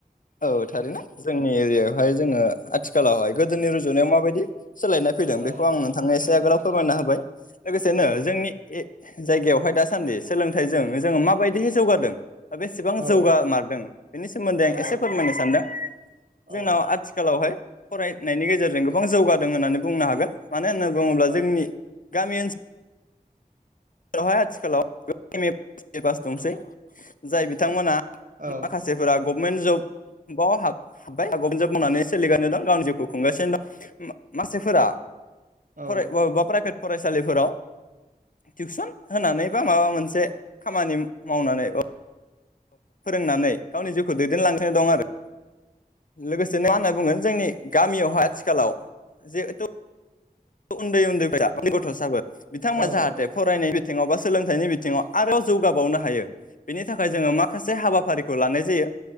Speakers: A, on the left; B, on the right.
A: औ थारैनो जोंनि एरियायावहाय जोङो आथिखालावहाय गोदोनि रुजुनायाव माबायदि सोलायनाय फैदों बेखौ
B: औ
A: आं नोंथांनो एसे आगोलाव फोरमायना होबाय लोगोसेनो
B: औ
A: जोंनि ए जायगायावहाय दासान्दि सोलोंथाइजों जोङो माबायदिहाय जौगादों बेसेबां
B: औ
A: जौगा मारदों बेनि सोमोन्दै
B: औ
A: आं एसे फोरमायनो सानदों
B: औ
A: जोंनाव आथिखालावहाय फरायनायनि गेजेरजों गोबां जौगादों होननानै बुंनो हागोन मानो होनना बुङोब्ला
B: औ
A: जोंनि गामि ओनसोल जेरावहाय आथिखालाव गोबां M A pass B A pass दंसै जाय बिथांमोना
B: औ
A: मााखासे फोरा गभमेन्ट जबाव हाबबाय गभमेन्ट जब मावनानै सोलिगानो दं गावनि जिउखौ खुंगासिनो दं मानसिफोरा
B: औ
A: <unintelligible> फरायसालिफोराव टिउसन होनानै बा माबा मोनसे खामानि मावनानै फोरोंनानै गावनि जिउखौ दैदेनलांगसिनो दं आरो लोगोसेनो मा होनना बुङो जोंनि गामियावहाय आथिखालाव जिहेथु उन्दै उन्दै <unintelligible> बिथांमोना
B: औ
A: जाहाथे फरायनाय बिथिङाव बा सोलोंथाइनि बिथिङाव आरोबाव जौगाबावनो हायो बेनि थाखाय जोङो माखासे हाबाफारिखौ लानाय जायो